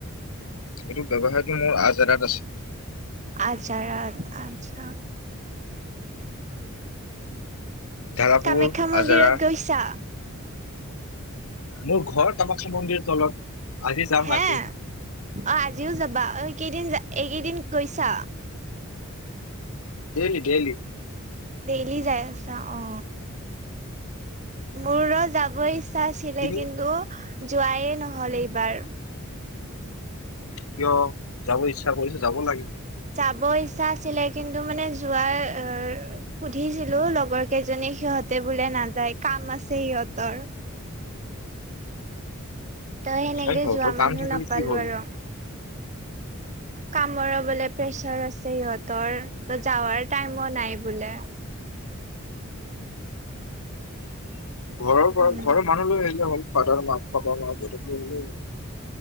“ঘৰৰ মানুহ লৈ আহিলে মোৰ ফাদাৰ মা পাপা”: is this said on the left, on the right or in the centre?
Left